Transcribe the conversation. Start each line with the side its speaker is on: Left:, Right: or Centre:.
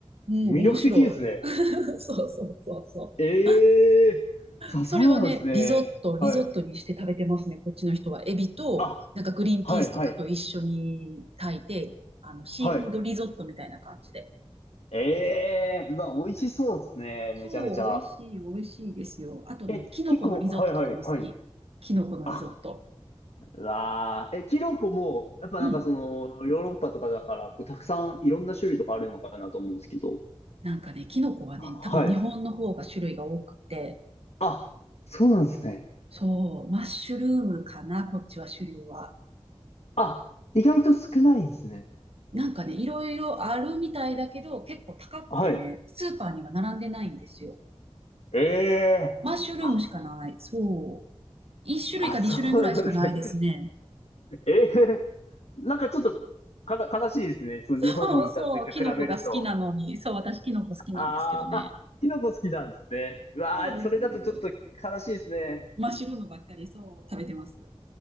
Right: うん、
Left: 魅力的ですね。
Right: 面白い。<laughs> そうそうそうそう。
Left: ええーさ、
Right: それはね、
Left: そうなんですね。
Right: リゾット、リゾットにして食べてますね、
Left: はい。
Right: こっちの人は。エビと、
Left: あ、
Right: なんかグリーンピースとかと一緒に炊いて、
Left: はい、はい、
Right: あの、シーフードリゾットみたいな感じで。
Left: はい。ええーうわ、美味しそうですね。
Right: そう、
Left: めちゃめちゃ。
Right: 美味しい、美味しいですよ。あとね、
Left: え、
Right: キノコのリゾットとかも好き。
Left: 結構、はい、はい、はい。
Right: キノコのリゾット。
Left: あ、うわーえ、キノコも、やっぱなんかその、
Right: うん。
Left: ヨーロッパとかだから、こう、たくさんいろんな種類とかあるのかなと思うんですけど。
Right: なんかね、キノコはね、
Left: はい。
Right: 多分日本の方が種類が多くて、
Left: あ、そうなんですね。
Right: そう、マッシュルームかな、こっちは種類は。
Left: あ、意外と少ないんですね。
Right: なんかね、いろいろあるみたいだけど、結構高くてね、
Left: はい。
Right: スーパーには並んでないんですよ。
Left: ええー。
Right: マッシュルームしかない。
Left: あ、
Right: そう。1種類か2種類ぐらいしかないですね。
Left: あ、そうなんですね。<laughs> ええー。なんかちょっと、かな、悲しいですね。その日本にいた時と比べると。
Right: そうそう、キノコが好きなのに、そう、私キノコ好きなんですけどね。
Left: ああ、あ、キノコ好きなんですね。うわあ、
Right: そうです、
Left: それだとちょっと悲しいですね。
Right: そうです。マッシュルームばっかりそう食べてます。